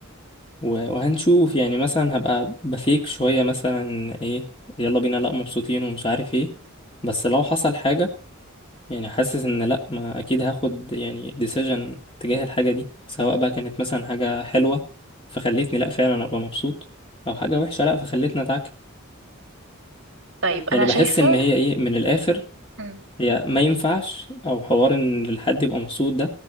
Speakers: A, on the left (about 25°); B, on the right (about 55°).
A: و- وهنشوف يعني مثلا هبقى بفيك شوية مثلا ايه يلا بينا لا مبسوطين ومش عارف ايه بس لو حصل حاجة يعني حاسس ان لا ما اكيد هاخد يعني ديسيجن تجاه الحاجه دي سواء بقى كانت مثلا حاجه حلوه فخلتني لا فعلا ابقى مبسوط او حاجه وحشه لا فخلتني اتعكر
B: طيب انا
A: يعني
B: شايفة
A: بحس ان هي ايه من الاخر
B: مم.
A: هي ما ينفعش او حوار ان الحد يبقى مبسوط ده